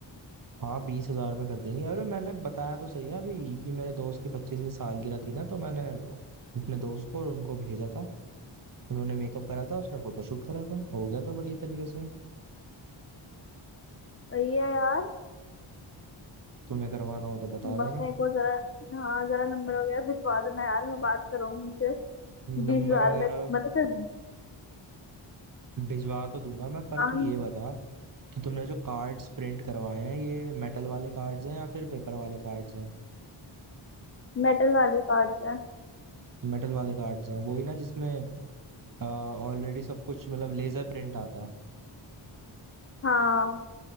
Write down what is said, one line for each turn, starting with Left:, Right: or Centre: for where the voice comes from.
Right: हाँ बीस हजार में कर देंगे अरे मैंने बताया तो सही है अभी कि मेरे दोस्त की पच्चीस सालगिरह थी ना तो मैंने अपने दोस्त को और उनको भेजा था उन्होंने मेकअप करा था उसने फोटोशूट करा था हो गया था बढ़िया तरीके से
Left: सही है यार
Right: तुम्हें करवाना हो तो बता
Left: ब-
Right: देना
Left: मेरे को जरा हाँ जरा नंबर वगैरह भिजवा देना यार मैं बात करूँ उनसे बीस
Right: नंबर
Left: हजार
Right: वगैरह
Left: में मतलब फिर
Right: भिजवा तो दूंगा मैं पर
Left: हाँ
Right: तू ये बता कि तुमने जो कार्ड्स प्रिंट करवाए हैं ये मेटल वाले कार्ड्स हैं या फिर पेपर वाले कार्ड्स हैं
Left: मेटल वाले कार्ड हैं
Right: मेटल वाले कार्ड्स हैं वही ना जिसमें ऑलरेडी सब कुछ मतलब लेजर प्रिंट आता है
Left: हाँ